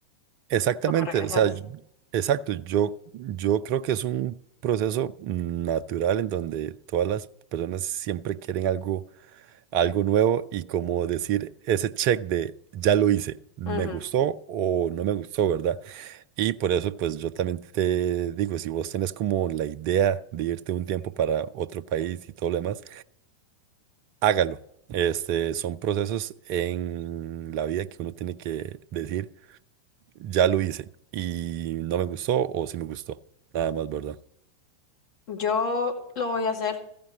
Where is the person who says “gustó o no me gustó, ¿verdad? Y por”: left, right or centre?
Right